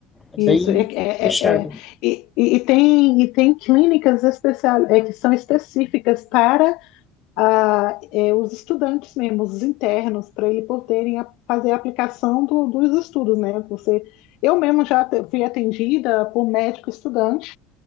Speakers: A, on the left; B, on the left.
A: É
B: isso,
A: bem
B: é, é, é,
A: puxado.
B: é. E, e, e tem, e tem clínicas especial, é, que são específicas para a, é, os estudantes mesmo, os internos, para ele poderem a- fazer a aplicação do- dos estudos, né? Você, eu mesmo já te- fui atendida por médico estudante,